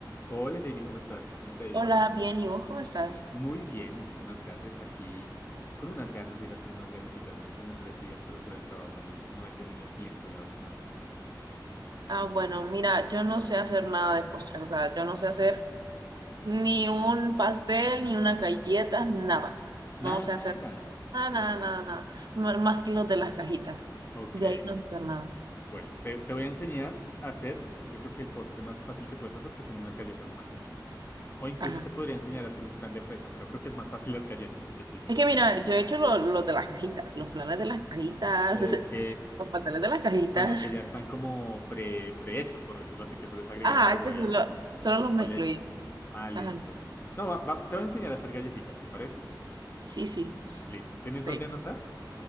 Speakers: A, on the left (about 30°); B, on the right (about 60°).
A: Hola Jamie, ¿cómo estás? ¿Cómo te ha ido?
B: Hola, bien, ¿y vos cómo estás?
A: Muy bien, muchísimas gracias. Aquí con unas ganas de ir a hacer unas galletitas hace como tres días, pero por el trabajo no, no he tenido tiempo, la verdad.
B: Ah, bueno, mira, yo no sé hacer nada de postre, o sea, yo no sé hacer ni un pastel, ni una galleta, nada.
A: Nada,
B: No sé
A: nada
B: hacer
A: de nada.
B: nada, nada, nada, nada. M- Más que los de las cajitas.
A: Ok,
B: De ahí no sé hacer nada.
A: bueno, te, te voy a enseñar a hacer, yo creo que el postre más fácil que puedes hacer, que son unas galletas de mantequilla. O incluso
B: Ajá.
A: te podría enseñar a hacer un flan de fresa, pero creo que es más fácil <laughs> las galletas, si te soy sincero.
B: Es que mira, yo he hecho lo- los de las cajitas, los flanes de las cajitas,
A: Ok.
B: <laughs> los pasteles de las cajitas.
A: O sea, los que ya están como pre, prehechos, por decirlo así, que solo es agregar
B: Ajá,
A: agua
B: que solo,
A: y,
B: solo los
A: O
B: mezclo
A: leche.
B: yo.
A: Ah, listo.
B: Ajá.
A: No, va- va- te voy a enseñar a hacer galletitas, ¿te parece?
B: Sí, sí.
A: Listo. ¿Tienes dónde
B: Sí.
A: anotar?